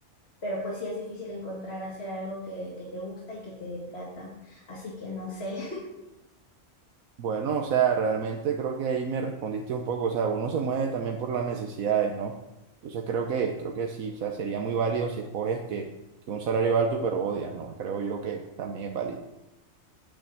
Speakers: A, on the left; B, on the right.
A: Pero pues sí es difícil encontrar hacer algo que, que te gusta y que te dé plata. Así que no sé,
B: bueno, o sea, realmente creo que ahí me respondiste un poco, o sea, uno se mueve también por las necesidades, ¿no? Entonces creo que, creo que sí, o sea, sería muy válido si escoges que, que un salario alto pero odias, ¿no? Creo yo que también es válido.